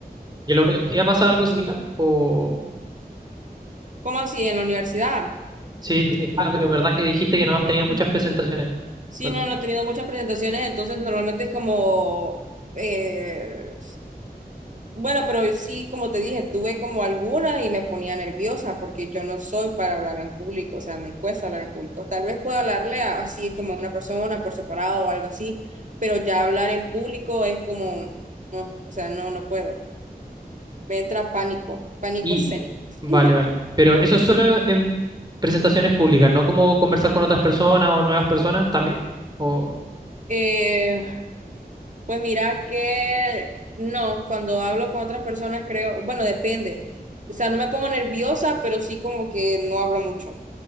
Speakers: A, on the right (about 25°); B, on the right (about 50°).
A: ¿Y en la universidad pasa algo similar? O...
B: ¿Cómo así en la universidad?
A: Sí, sí. ah, pero verdad que dijiste que
B: Mm,
A: no has tenido muchas presentaciones.
B: Sí,
A: Perdón.
B: no, no he tenido muchas presentaciones, entonces normalmente es como, eh, Bueno, pero sí, como te dije, tuve como algunas y me ponía nerviosa porque yo no soy para hablar en público, o sea, me cuesta hablar en público. Tal vez pueda hablarle a- así como a una persona por separado o algo así, pero ya hablar en público es como, no, o sea, no, no puedo. Me entra pánico, pánico
A: Y,
B: escénico.
A: vale,
B: <laughs>
A: vale. Pero eso es solo en presentaciones públicas, no como conversar con otras personas o nuevas personas también. O...
B: Eh, pues mira que no, cuando hablo con otras personas creo, bueno, depende. O sea, no me pongo nerviosa, pero sí como que no hablo mucho.